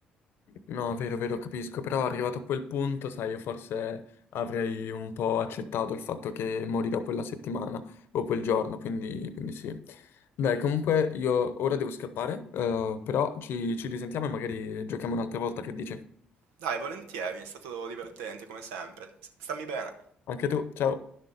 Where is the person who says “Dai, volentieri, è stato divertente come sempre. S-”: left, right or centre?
Right